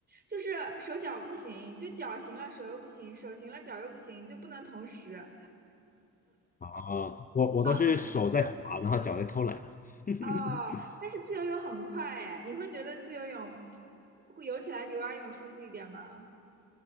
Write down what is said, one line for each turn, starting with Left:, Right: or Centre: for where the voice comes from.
Right: 就是手脚不行，就脚行了，手又不行；手行了，脚又不行，就不能同时。
Left: 啊，我我都是手在滑，
Right: 嗯
Left: 然后脚在偷懒。<laughs>
Right: 哦，但是自由泳很快哎，你会觉得自由泳会游起来比蛙泳舒服一点吗？